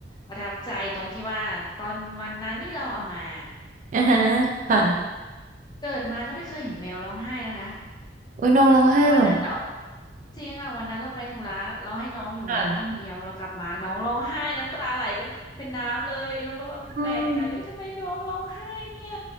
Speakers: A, on the left (about 25°); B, on the right (about 45°).
A: ประทับใจตรงที่ว่าตอนวันนั้นที่เราเอามา
B: อ่าฮะค่ะ
A: เกิดมาก็ไม่เคยเห็นแมวร้องไห้นะคะ
B: โอ้ยน้องร้องไห้เหรอ
A: วันนั้นออกจริงอ่ะวันนั้นเราไปธุระเราให้น้องอยู่ในบ้านคนเดียวเรากลับมาน้องร้องไห้น้ำตาไหลเป็นเป็นน้ำเลยเราก็แบบแปลกใจเอ้ยทำไมน้องร้องไห้เนี่ย
B: ค่ะอืม